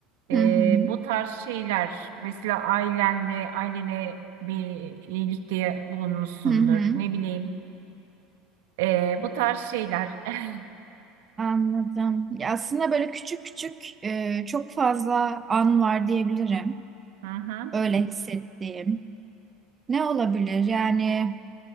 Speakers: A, on the right; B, on the right.
A: Ee,
B: hı hı,
A: bu tarz şeyler, mesela ailenle, ailene bir iyilikte bulunmuşsundur,
B: hı hı.
A: ne bileyim. Ee, bu tarz şeyler. <laughs>
B: Anladım. Ya aslında böyle küçük küçük e, çok fazla an var diyebilirim.
A: Hı hı,
B: Öyle hissettiğim. Ne olabilir? Yani